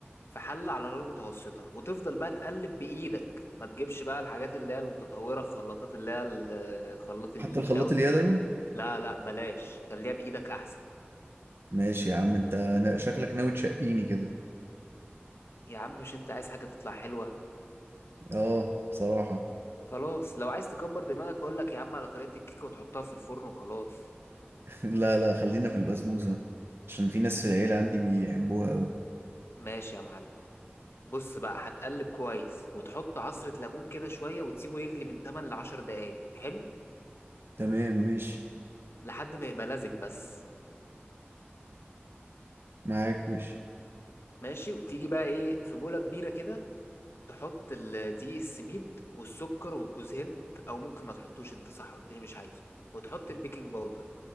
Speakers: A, on the left (about 75°); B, on the right (about 65°).
A: في حلة على نار متوسطة وتفضل بقى تقلب بإيدك ما تجيبش بقى الحاجات اللي هي المتطورة الخلاطات اللي هي ال- آه، خلاط الإيد
B: حتى الخلاط
A: دول
B: اليدوي
A: لا لا بلاش خليها بإيدك أحسن
B: ماشي يا عم انت نا- شكلك ناوي تشقيني كده
A: يا عم مش أنت عايز حاجة تطلع حلوة
B: اه بصراحة
A: خلاص لو عايز تكبر دماغك أقول لك يا عم على طريقة الكيكة وتحطها في الفرن وخلاص
B: <laughs> لا لا خلينا في البسبوسة عشان في ناس في العيلة عندي بيحبوها قوي
A: ماشي يا معلم بص بقى هتقلب كويس وتحط عصرة ليمون كده شوية وتسيبه يغلي من 8 ل 10 دقايق حلو
B: تمام ماشي
A: لحد ما يبقى لزج بس
B: معاك ماشي
A: ماشي وتيجي بقى ايه في بولة كبيرة كده تحط ال- دقيق السميد والسكر والجوز هند او ممكن ما تحطوش انت صح قلت لي مش عايزه وتحط البيكنج باودر